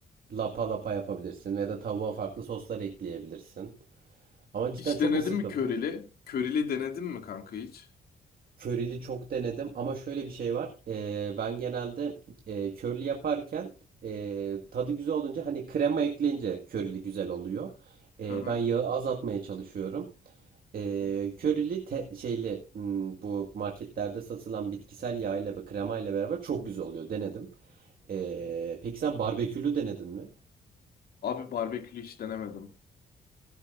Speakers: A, on the right (about 65°); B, on the left (about 65°).
A: lapa lapa yapabilirsin. Ya da tavuğa farklı soslar ekleyebilirsin. Ama cidden
B: Hiç
A: çok
B: denedin
A: mu sıkıldın?
B: mi körili? Körili denedin mi kanka hiç?
A: Curry'li çok denedim ama şöyle bir şey var. Ee, ben genelde e, curly yaparken e, tadı güzel olunca hani krema ekleyince curry'li güzel oluyor. Ee,
B: Hı hı.
A: ben yağı azaltmaya çalışıyorum. Ee,
B: Hı
A: curry'li te- şeyli hmm, bu marketlerde satılan bitkisel yağ ile ve krema ile beraber çok güzel oluyor. Denedim. Ee,
B: hı.
A: peki sen barbekülü denedin mi?
B: Abi barbekülü hiç denemedim.